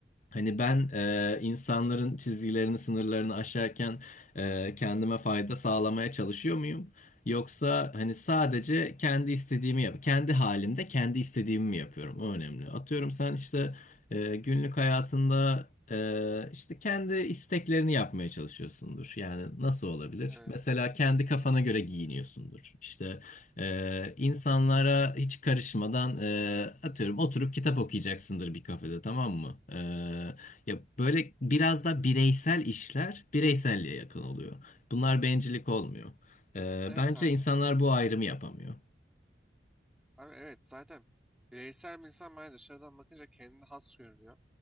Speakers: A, on the left; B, in the centre.
A: Hani ben e, insanların çizgilerini, sınırlarını aşarken e, kendime fayda sağlamaya çalışıyor muyum? Yoksa hani sadece kendi istediğimi yap, kendi halimde kendi istediğimi mi yapıyorum? O önemli. Atıyorum sen işte e, günlük hayatında e, işte kendi isteklerini yapmaya çalışıyorsundur. Yani nasıl olabilir?
B: Evet.
A: Mesela kendi kafana göre giyiniyorsundur. İşte ee, insanlara hiç karışmadan e, atıyorum oturup kitap okuyacaksındır bir kafede tamam mı? Ee, ya böyle biraz da bireysel işler bireyselliğe yakın oluyor. Bunlar bencillik olmuyor. Ee,
B: Evet
A: bence
B: abi.
A: insanlar bu ayrımı yapamıyor.
B: Abi evet zaten bireysel bir insan bence dışarıdan bakınca kendine has görünüyor.